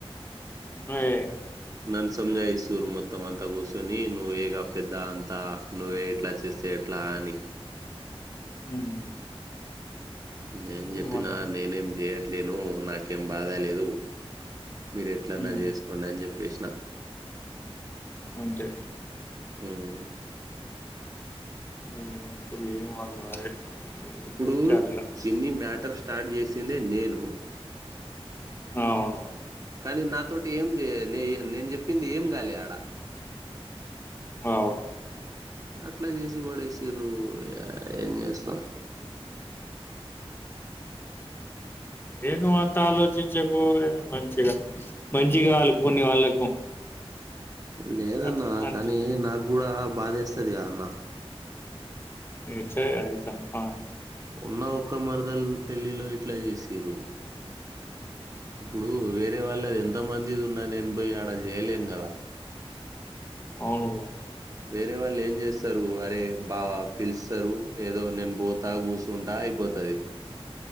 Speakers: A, on the left; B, on the right.
A: <unintelligible>
B: నన్ను సంజాయిస్తూరు మొత్తం అంతా కూర్చొని నువ్వే గ పెద్దా అంతా నువ్వే ఇట్లా చేస్తే ఎట్లా అని
A: హ్మ్
B: నేను చెప్పినా
A: ఏమన్
B: నేనేం చేయట్లేను నాకేం బాధ లేదు మీరు ఎట్లన్నా
A: హ్మ్
B: చేసుకోండి అని జెప్పేసిన
A: అంతే
B: ఉమ్
A: ఏ- ఇప్పుడు ఏం వాళ్ళు అదే ఏం
B: ఇప్పుడు
A: చెప్తే అట్లా
B: చిన్ని మ్యాట్ మేటర్ స్టార్ట్ చేసిందే నేను
A: అవును
B: కానీ నాతోటి ఏం చెయ నే నేను చెప్పింది ఏం కాలే ఆడ
A: అవును
B: అట్లా చేసి పడేసిండ్రు ఏం చేస్తాం
A: ఏ నువంత ఆలోచించకు మంచిగా మంచిగా ఆలుపుకునే వాళ్ళకు
B: లేదన్న
A: అది అంతే
B: కానీ నాకు గూడా బాధేస్తది గా అన్న
A: ఏడ్చేయ్ అది తప్ప
B: ఉన్న ఒక్క మరదల్ పెళ్లిలో ఇట్లా చేసిండ్రు ఇప్పుడు వేరే వాళ్ళది ఎంత మందిది ఉన్న నేను పోయి ఆడ చేయలేను గదా
A: అవును
B: వేరే వాళ్ళు ఏం చేస్తారు అరే బావా పిలుస్తారు ఏదో నేను బోతా కూచుంటా అయిపోతది